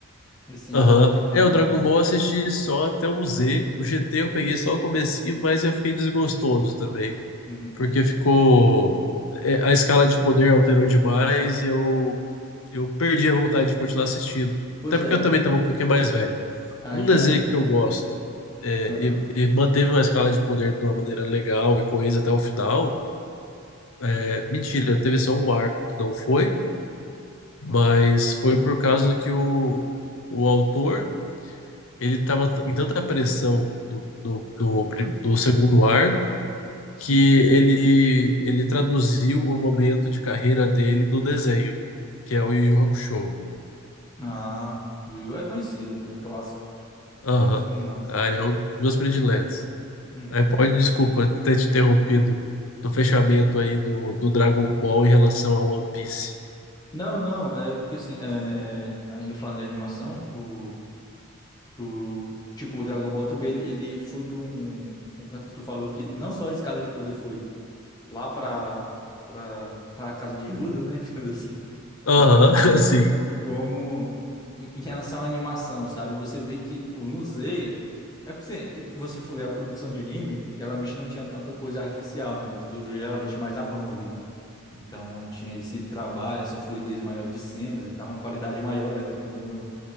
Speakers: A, on the left (about 20°); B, on the left (about 75°).
A: Assim,
B: Aham.
A: a, o, de- a,
B: É, o Dragon Ball eu assisti só até o Z. O GT eu peguei só o comecinho, mas eu fiquei desgostoso também.
A: uhum.
B: Porque ficou. é, a escala de poder alterou demais. e Eu, eu perdi a vontade de continuar assistindo.
A: Pois
B: Até porque
A: é,
B: eu também estava um pouquinho mais velho.
A: aí,
B: Um desenho
A: aí,
B: que eu gosto é,
A: aham,
B: e, e manteve uma escala de poder de uma maneira legal e coesa até o final. é, mentira, teve só um arco que não foi, mas foi por causa que o, o autor. ele estava em tanta pressão do, do, do, prim- do segundo arco que
A: uhum.
B: ele, ele traduziu o momento de carreira dele no desenho, que é o Yu Yu Hakusho.
A: Ah, Yu Yu é conhecido, pô, é clássico,
B: Aham.
A: clássico demais.
B: Aí eu, duas prediletas.
A: Uhum.
B: Aí pode, desculpa ter te interrompido do fechamento aí do, do Dragon Ball em relação ao One Piece.
A: Não, não, é porque assim, é, é, ainda falando de animação, o O, tipo, o Dragon Ball também, ele, ele foi para um, um, um canto que tu falou que não só a escala de poder foi lá pra, pra, pra casa de Judas, né? <laughs> digamos Assim, Lá
B: Aham,
A: pra casa de Judas,
B: <laughs> sim.
A: como em, em relação à animação, sabe? Você vê que o no Z, é que você, você for ver a produção de anime, geralmente não tinha tanta coisa artificial, né? Era tudo geralmente mais à mão ali. Então tinha esse trabalho, essa fluidez maior de cenas e tal, uma qualidade maior, né? Dependendo